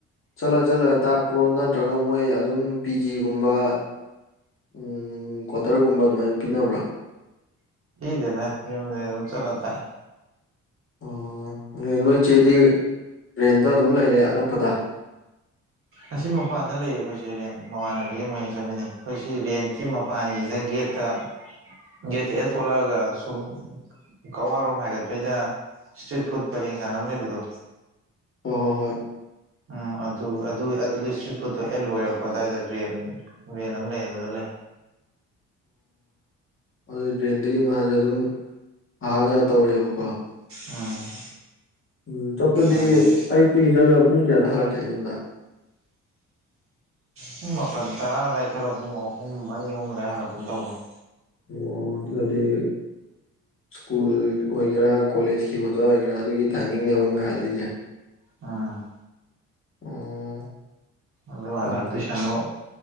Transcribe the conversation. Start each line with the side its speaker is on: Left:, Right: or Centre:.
Left: ꯆꯠꯂ ꯆꯠꯂꯒ ꯇꯥꯛꯄ꯭ꯔꯣ ꯅꯠꯇ꯭ꯔꯒ ꯃꯣꯏ ꯑꯗꯨꯝ ꯄꯤ ꯖꯤꯒꯨꯝꯕ ꯎꯝ ꯀ꯭ꯋꯥꯇꯔꯒꯨꯝꯕ ꯑꯗꯨꯃꯥꯏꯅ ꯄꯤꯅꯕ꯭ꯔꯥ
Right: ꯄꯤꯗꯦꯗ ꯑꯗꯨꯝ ꯆꯠꯂꯒ ꯇꯥꯛ ꯑꯦ
Left: ꯑꯣ ꯑꯗꯨ ꯅꯣꯏ ꯆꯦꯗꯤ ꯔꯦꯟꯗ ꯑꯗꯨꯝ ꯂꯩꯔꯦ ꯑꯅꯛꯄꯗ <inaudible>
Right: ꯑꯁꯤ ꯃꯄꯥꯟꯗ ꯂꯩꯌꯦ ꯑꯩꯈꯣꯏ ꯆꯦ ꯔꯦꯟ ꯃꯃꯥꯟꯅꯕꯤ ꯑꯃ ꯃꯣꯏ ꯑꯅꯤ ꯆꯠꯃꯤꯟꯅꯩ ꯑꯩꯈꯣꯏ ꯁꯤ ꯔꯦꯟꯀꯤ ꯃꯄꯥꯒꯤ ꯒꯦꯠꯇ ꯒꯦꯠꯇ ꯍꯦꯛ ꯊꯣꯛꯣꯂꯛꯑꯒ ꯁꯨꯝ ꯀꯛꯋꯥ ꯔꯣꯝ ꯍꯥꯏꯒꯠꯄꯩꯗ ꯏꯁꯇ꯭ꯔꯤꯠ ꯐꯨꯗ ꯄꯔꯦꯡ ꯁꯥꯟꯅ ꯑꯃ ꯂꯩꯕꯗꯣ
Left: ꯍꯣꯏ ꯍꯣꯏ ꯍꯣꯏ
Right: ꯎꯝ ꯑꯗꯨ ꯑꯗꯨ ꯑꯗꯨ ꯏꯁꯇ꯭ꯔꯤꯠ ꯐꯨꯗꯠꯇꯣ ꯍꯦꯛ ꯂꯣꯏꯔꯛꯄ ꯑꯗꯨꯋꯥꯏꯗ ꯔꯦꯟ ꯔꯦꯟ ꯑꯃ ꯂꯩ ꯑꯗꯨꯗ ꯂꯩ
Left: ꯑꯗꯨ ꯔꯦꯟꯗꯒꯤ ꯃꯥꯁꯦ ꯑꯗꯨꯝ ꯑꯥꯖꯥ ꯇꯧꯔꯦꯕꯀꯣ
Right: ꯎꯝ
Left: ꯎꯝ ꯆꯠꯄꯗꯤ
Right: ꯑꯗꯩ
Left: ꯑꯌꯨꯛꯇꯒꯤ ꯆꯠꯂꯒ ꯄꯨꯡ ꯀꯌꯥꯗ ꯍꯜꯂꯛꯀꯦ ꯑꯩ ꯌꯨꯝꯗ
Right: ꯄꯨꯡ ꯃꯥꯄꯜ ꯇꯔꯥ ꯑꯁꯋꯥꯏꯗ ꯆꯠꯂꯒ ꯄꯨꯡ ꯑꯍꯨꯝ ꯑꯅꯤ ꯑꯍꯨꯝ ꯑꯅꯤ ꯍꯜꯂꯛꯄꯒꯨꯝ ꯇꯧꯕꯅꯤ
Left: ꯑꯣ ꯑꯗꯨ ꯑꯣꯏ ꯇꯥꯗꯤ ꯁ꯭ꯀꯨꯜ ꯑꯣꯏꯒꯦꯔꯥ ꯀꯣꯂꯦꯖꯀꯤ ꯑꯣꯖꯥ ꯑꯣꯏꯒꯦꯔꯥ ꯑꯗꯨꯒꯤ ꯇꯥꯏꯃꯤꯡꯅꯦꯕ ꯃꯣꯏ ꯍꯜꯂꯛꯏꯁꯦ
Right: ꯎꯝ
Left: ꯑꯣ
Right: ꯑꯗꯨ ꯍꯜꯂꯛꯒ
Left: ꯐꯩ ꯐꯩ
Right: ꯇꯨꯏꯁꯟꯗꯨ